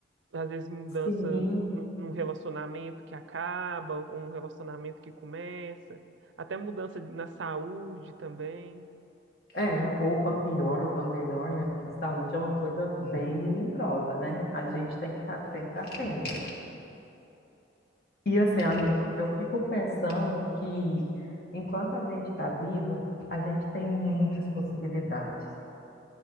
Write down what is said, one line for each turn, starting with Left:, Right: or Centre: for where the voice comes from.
Right: às vezes mudança
Left: Sim,
Right: nu- num relacionamento que acaba, ou um relacionamento que começa, até mudança de- na saúde também.
Left: É, ou para pior ou para melhor, né? Porque saúde é uma coisa bem melindrosa, né? A gente tem que estar sempre atento. E assim, amigo, eu fico pensando que enquanto a gente está vivo, a gente tem muitas possibilidades.